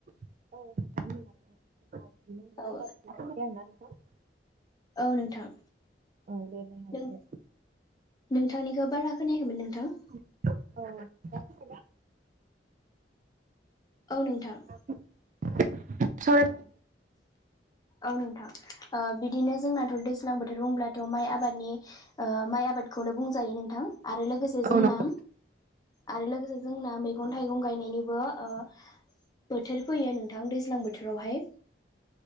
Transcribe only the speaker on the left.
औ औ नोंथां।
नों
नोंथांनिखो बारा खोनायाखैमोन नोंथां।
औ नोंथां।
औ नोंथां ओ बिदिनो जोंनाथ' दैज्लां बोथ थोर ब्रुंब्लाथ' माइ आबादनि ओ माइ आबादखौनो बुंजायो नोंथां आरो लोगोसे से जोंना
आरो लोगोसे जोंना मैगं थाइगं गायनायनिबो ओ बोथोर फैयो नोंथां दैज्लां बोथोरावहाय।